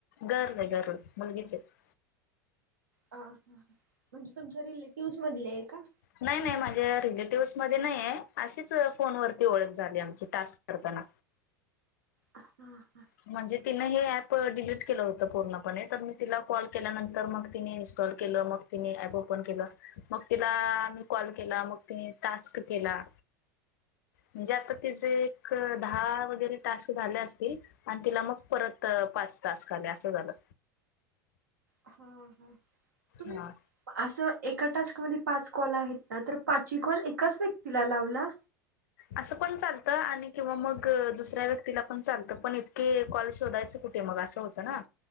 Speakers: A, on the left; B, on the right.
A: गर्ल आहे गर्ल मुलगीच आहे ‌.
B: अं हा म्हणजे तुमच्या रिलेटिव्हज मधले ये का?
A: नाय नाय माझ्या रिलेटिव्हज मध्ये नाय ये अशीच फोनवरती ओळख झाली आमची टास्क करताना.
B: हा हा
A: म्हणजे तिनं हे ऍप डिलीट केलं होतं पूर्णपणे तर मी तिला कॉल केल्यानंतर मग तिनी इन्स्टॉल केलं मग तिनी ऍप ओपन केलं, मग तिला मी कॉल केला मग तिने टास्क केला. म्हणजे आता तिजे एक दहा वगैरे टास्क झाले असतील. आणि तिला मग परत पाच टास्क आले असं झालं.
B: हा हां तुम्ही
A: हा
B: असं एका टास्कमध्ये पाच कॉल आहेत ना तर पाची कॉल एकाच व्यक्तीला लावला.
A: असं पण चालतं आणि किंवा मग दुसऱ्या व्यक्तीला पण चालतं पण इतके कॉल शोधायचं कुठ ठे मग असं होतं ना